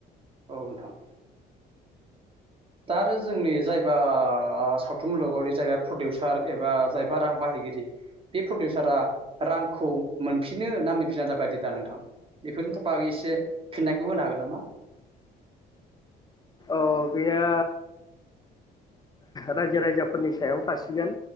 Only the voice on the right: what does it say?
औ नोंथां। दा रो जोंनि जायबा सावथुन मुलुगाव जायबा प्रडिउसार एबा जायबा रां बाहायगिरि बे प्रडिउसारा रांखौ मोनफिनो ना मोनफिना दाबायदि दा नोंथां बेफोरनि बागै एसे फिन्नायखौ होनो हागोन नामा?